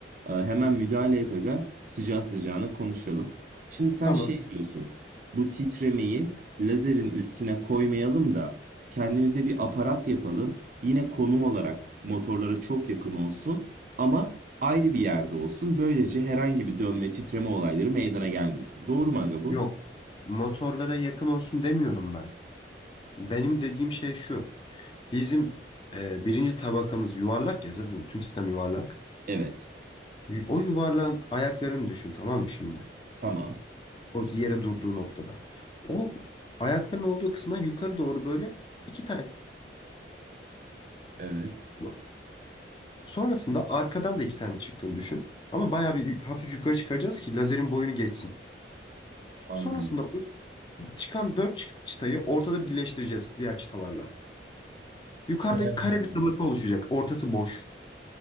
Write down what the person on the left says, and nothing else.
Tamam.
Yok. Motorlara yakın olsun demiyorum ben. Benim dediğim şey şu. Bizim e, birinci tabakamız yuvarlak ya zaten tüm sistem yuvarlak.
Y- O yuvarlağın ayaklarını düşün tamam mı şimdi?
O yere durduğu noktada. O ayakların olduğu kısma yukarı doğru böyle iki tane
bu. Sonrasında arkadan da iki tane çıktığını düşün. Ama bayağı bir yü- hafif yukarı çıkaracağız ki lazerin boyunu geçsin.
Sonrasında o çıkan dört çı- çıtayı ortada birleştireceğiz diğer çıtalarla. Yukarıda
kare bir tabaka oluşacak. Ortası boş.